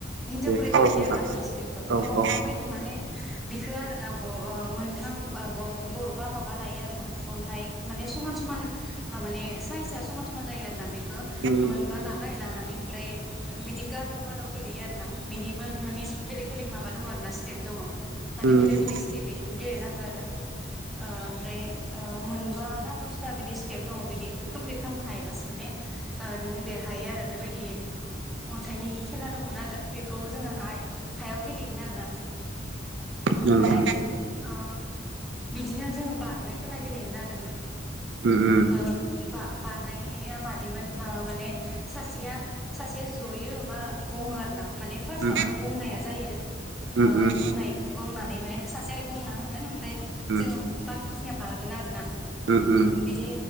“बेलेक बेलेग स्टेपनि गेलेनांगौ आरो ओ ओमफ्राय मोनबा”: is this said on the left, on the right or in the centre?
Centre